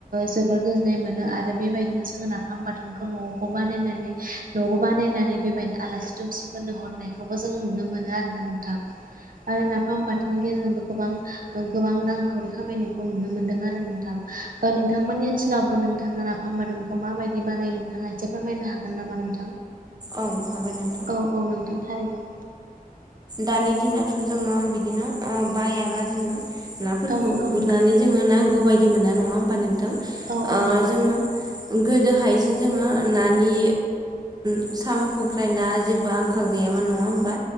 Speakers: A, on the right; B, on the right.
A: जोबोर गोजोन्नाय मोनो आरो बेबायदिनो जोङो नाफाम बाथोनखौ न'आव खबानो न ने न'आव बानायनानै बेबायदिनो आलासि दुमसिफोरनो हरनायखौबो जोङो नुनो मोनो आरो ना नोंथां। आरो नाफाम बाथो नि गेजेरजोंबो गोबां गोबां रांखावरि खामायनायखौ नुनो मोनदों आरो नोंथां। नोंथांमोननि ओनसोलावबो नोंथाङा नाफाम बानायनायखौ माबायदि बानायो नोंथाङा एसे फोरमायनो हागोन नामा नोंथां
B: औ हागोन नों
A: औ औ नोंथां थारैनो
B: दानि दिनाावथ' जोङो बिदिनो बायाबा जोङो नाफोरखौ
A: औ नंगौ
B: गुरनानै
A: नोंथां
B: जोङो नांगौ बायदि मोना नङा होमबा नोंथां
A: औ औ नंगौ
B: जोङो गोदोहायसो जोङो नानि साम' खांख्रायना जेबो आंखाल गैयामोन नङा होमबा?